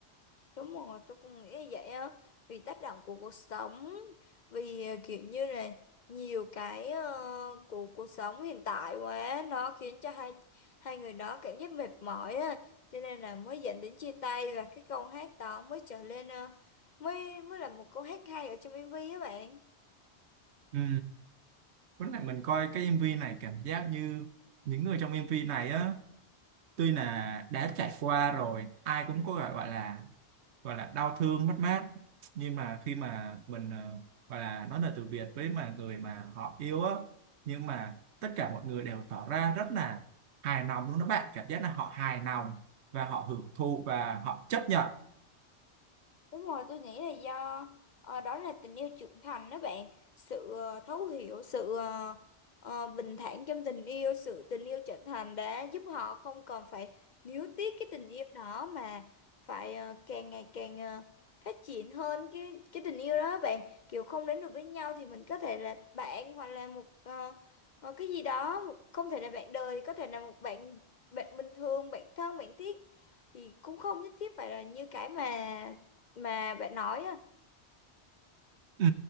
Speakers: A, on the left; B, on the right.
A: Đúng rồi, tôi cũng nghĩ như vậy á. Vì tác động của cuộc sống, vì ờ, kiểu như là nhiều cái ờ, của cuộc sống hiện tại quá, nó khiến cho hai hai người đó cảm giác mệt mỏi á, cho nên là mới dẫn đến chia tay và cái câu hát đó mới trở lên ờ, mới mới là một câu hát hay ở trong MV á bạn.
B: ừ. Lúc này mình coi cái MV này cảm giác như những người trong MV này á tuy là đã trải qua rồi ai cũng có gọi gọi là gọi là đau thương mất mát nhưng mà khi mà mình ờ, gọi là nói lời từ biệt với mà người mà họ yêu á nhưng mà tất cả mọi người đều tỏ ra rất là hài lòng luôn đó bạn cảm giác là họ hài lòng và họ hưởng thụ và họ chấp nhận
A: Đúng rồi, tôi nghĩ là do ờ, đó là tình yêu trưởng thành đó bạn, sự ờ, thấu hiểu, sự ờ, ờ, bình thản trong tình yêu, sự tình yêu trưởng thành đã giúp họ không còn phải níu tiếc cái tình yêu đó mà phải ờ, càng ngày càng ờ, phát triển hơn cái cái tình yêu đó bạn, kiểu không đến được với nhau thì mình có thể là bạn hoặc là một ờ, ờ, cái gì đó, một, không thể là bạn đời, thì có thể là một bạn bạn bình thường, bạn thân, bạn thiết thì cũng không nhất thiết phải là như cái mà mà bạn nói á
B: Ừ,